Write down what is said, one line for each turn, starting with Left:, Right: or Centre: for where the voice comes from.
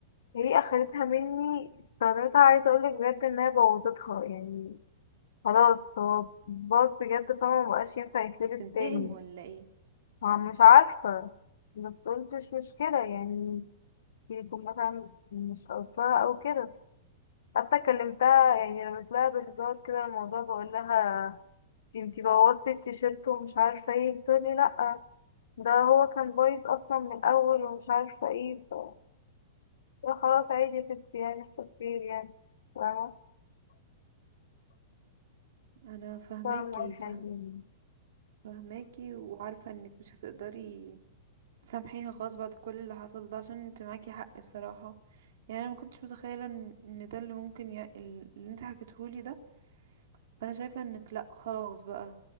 Left: هي اخدتها مني استخدمتها عايزة اقولك بجد انها بوظتها يعني خلاص هو باظ بجد فما مبقاش ينفع يتلبس
Right: بتنتقم
Left: تاني
Right: ولا ايه
Left: ما- مش عارفة بس قلت مش مشكلة يعني يكون مثلا مش قصدها او كده حتى كلمتها يعني رميت لها بهزار كده الموضوع بقول لها انتي بوظتي التيشيرت ومش عارفة ايه بتقولي لأ ده هو كان بايظ اصلا من الاول ومش عارفه ايه ف... لا خلاص عادي يا ستي يعني يحصل خير يعني فاهمة
Right: انا فهماكي
Left: فاهمة الحاجة
Right: فهم
Left: يعني
Right: فهماكي وعارفة انك مش هتقدري تسامحيها خالص بعد كل اللي حصل ده عشان انت معاكي حق بصراحة يعني انا ما كنتش متخيلة ان إن ده اللي ممكن ي... اللي انت حكيتهولي ده فانا شايفه انك لا خلاص بقى